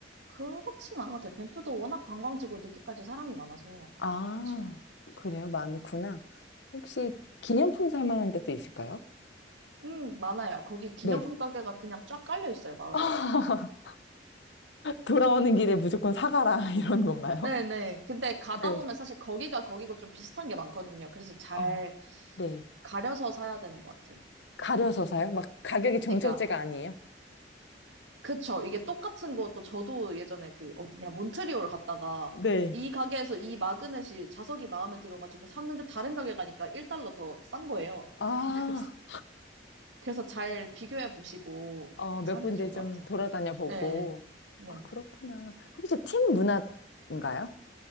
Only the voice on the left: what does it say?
아,
그래요? 많구나.
혹시 기념품 살 만한 데도 있을까요?
네.
<laughs> 돌아오는 길에 무조건 사가라, <laughs> 이런 건가요?
네.
어, 네.
가려서 사요? 막 가격이 정찰제가
아니에요?
네.
아,
어, 몇
군데
좀
돌아다녀 보고.
아, 그렇구나. 혹시 팁 문화인가요?